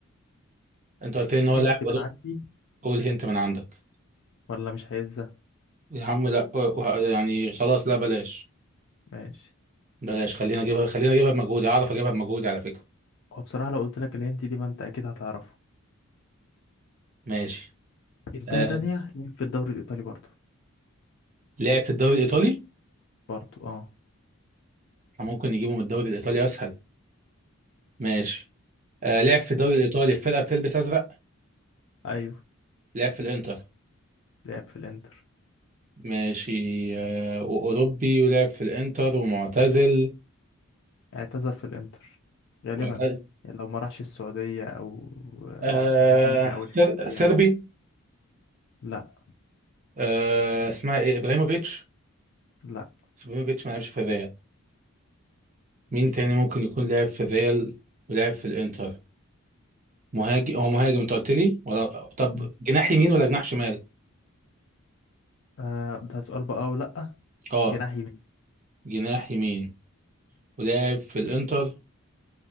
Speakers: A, on the right; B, on the left.
A: انت قلت لي ان هو
B: هنت
A: لاعب
B: من
A: اوروبي
B: عندي
A: قول هنت من عندك
B: ولا مش هيزة
A: يا عم لا وه- يعني خلاص لا بلاش
B: ماشي
A: بلاش خلينا اجيبها خلينا اجيبها بمجهودي اعرف اجيبها بمجهودي على فكرة
B: هو بصراحة لو قلت لك الهنت دي ما انت أكيد هتعرفه
A: ماشي
B: انتهى
A: آه.
B: تانية لعب في الدوري الإيطالي برضه
A: لعب في الدوري الايطالي
B: برضه اه
A: ممكن نجيبه من الدوري الايطالي اسهل ماشي آه. لعب في الدوري الايطالي في فرقة بتلبس ازرق
B: أيوه
A: لعب في الانتر
B: لعب في الإنتر
A: ماشي آه. واوروبي ولعب في الانتر ومعتزل
B: اعتزل في الإنتر غالبا
A: وأعت-
B: يعني لو ما راحش السعودية أو
A: آه.
B: أمريكا أو الحتت
A: سر...
B: دي
A: سربي
B: يعني لا
A: آه. اسمها ايه ابراهيموفيتش
B: لا
A: بس ابراهيموفيتش ما لعبش في الريال مين تاني ممكن يكون لعب في الريال ولعب في الانتر مهاجم هو مهاجم انت قلت لي ولا طب
B: مم.
A: جناح يمين ولا جناح شمال
B: آه ده سؤال بقى ولا لأ
A: اه
B: جناح يمين
A: جناح يمين ولعب في الانتر